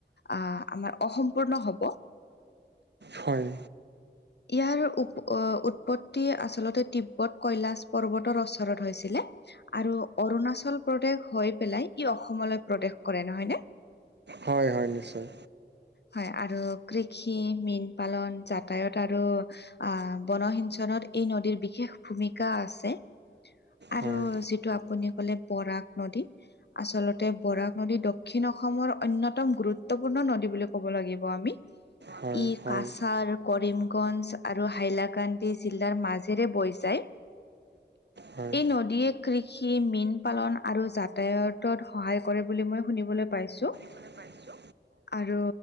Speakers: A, on the left; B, on the right.
A: আহ আমাৰ অসম্পূৰ্ণ হ'ব
B: হয়।
A: ইয়াৰ উৎপত্তি আচলতে তিব্বত কৈলাশ পৰ্বতৰ ওচৰত হৈছিলে। আৰু অৰুণাচল প্ৰদেশ হৈ পেলাই ই অসমলৈ প্ৰৱেশ কৰে নহয় নে।
B: হয় হয় নিশ্চয়।
A: হয় আৰু কৃষি, মীন পালন, যাতায়ত আৰু আহ বনসিঞ্চনত এই নদীৰ বিশেষ ভূমিকা আছে আৰু
B: হয়
A: যিটো আপুনি ক'লে বৰাক নদী আচলতে বৰাক নদী দক্ষিণ অসমৰ অন্যতম গুৰুত্বপূৰ্ণ নদী বুলি ক'ব লাগিব আমি ই
B: হয় হয়
A: কাছাৰ, কৰিম গঞ্জ আৰু হাইলাকান্দি জিলাৰ মাজেৰে বৈ যায়।
B: হয়
A: এই নদীয়ে কৃষি মীন পালন আৰু যাতায়াতত সহায় কৰে বুলি মই শুনিবলৈ পাইছোঁ।
B: মানে পাইছো
A: আৰু